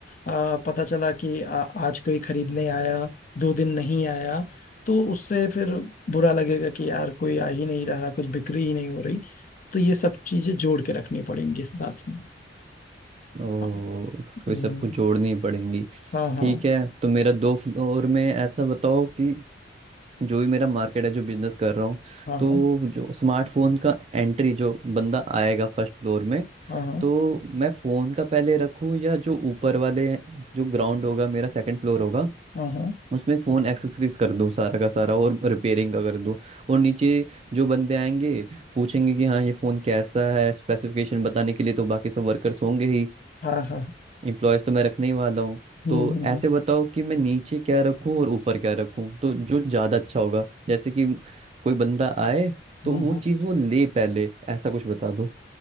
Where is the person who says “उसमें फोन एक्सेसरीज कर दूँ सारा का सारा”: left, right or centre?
Right